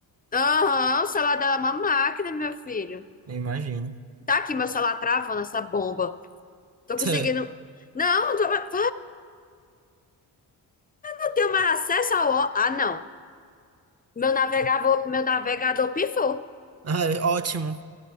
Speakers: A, on the left; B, on the right.
A: Aham, o celular dela é uma máquina, meu filho.
B: Eu imagino.
A: Tá aqui meu celular travando essa bomba. Tô
B: <laughs>
A: conseguindo. Não, tô... ah, eu tenho mais acesso ao. ó- Ah, não. Meu navegador, meu navegador pifou.
B: Ai, ótimo.